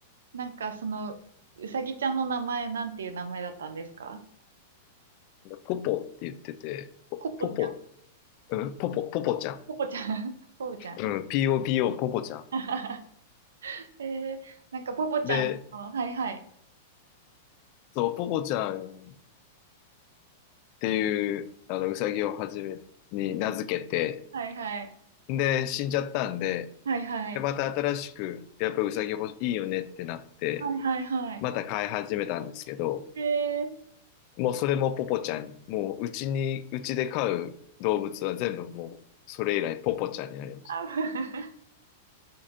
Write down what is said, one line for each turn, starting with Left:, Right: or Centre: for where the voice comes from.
Right: なんかその、うさぎちゃんの名前なんていう名前だったんですか
Left: ら。ポポって言ってて、ポ、
Right: ポポちゃん、
Left: ポポ、うん、ポポ、ポポちゃん。
Right: ポポちゃん、<laughs> ポポちゃん。
Left: うん、POPO、ポポちゃん。
Right: <laughs> えー、なんかポポちゃんの、
Left: で、
Right: はいはい、
Left: そう、ポポちゃんっていう、あの、ウサギをはじめに名付けて、
Right: はいはい、
Left: で、死んじゃったんで、
Right: はいはい、
Left: で、また新しく、やっぱりウサギ欲しい、いいよねってなって、
Right: はいはいはい。
Left: また飼い始めたんですけど、
Right: えー、
Left: もうそれもポポちゃん、もううちに、うちで飼う動物は全部もうそれ以来ポポちゃんになります。
Right: あ、<laughs>